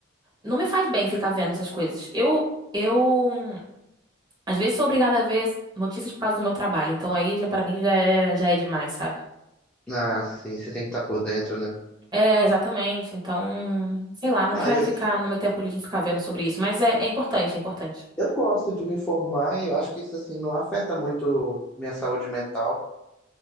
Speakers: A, on the right; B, in the centre.
A: não me faz bem ficar vendo essas coisas. Eu, eu, hum, às vezes sou obrigada a ver notícias por causa do meu trabalho. Então, aí já para mim já é, já é demais, sabe?
B: Ah, sim, você tem que estar por dentro, né?
A: É, exatamente. Então, sei lá, não
B: Ah,
A: quero
B: eu,
A: ficar no meu tempo livre ficar vendo sobre isso, mas é, é importante, é importante.
B: eu gosto de me informar e eu acho que isso, assim, não afeta muito minha saúde mental.